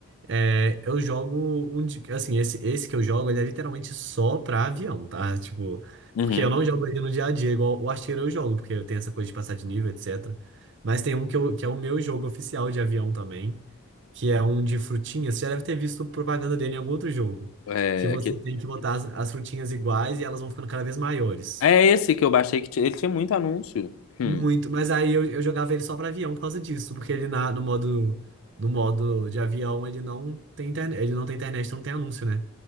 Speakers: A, on the right; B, on the left.
A: É, eu jogo um de, assim, esse, esse que eu jogo, ele é literalmente só pra avião, tá? Tipo,
B: Uhum.
A: porque eu não jogo ele no dia a dia, igual o artilheiro eu jogo, porque eu tenho essa coisa de passar de nível, etc. Mas tem um que, eu, que é o meu jogo oficial de avião também, que é um de frutinhas. Você já deve ter visto propaganda dele em algum outro jogo,
B: É,
A: que você
B: que-
A: tem que botar as, as frutinhas iguais e elas vão ficando cada vez maiores.
B: é esse que eu baixei, que tinha- ele tinha muito anúncio. Hum.
A: Muito, mas aí eu, eu jogava ele só pra avião por causa disso, porque ele na, no modo, no modo de avião ele não tem internet, ele não tem internet, então não tem anúncio, né?